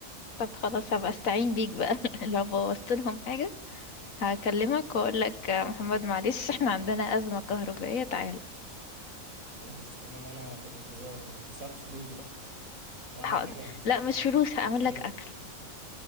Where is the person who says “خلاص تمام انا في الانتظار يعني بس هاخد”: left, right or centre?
Right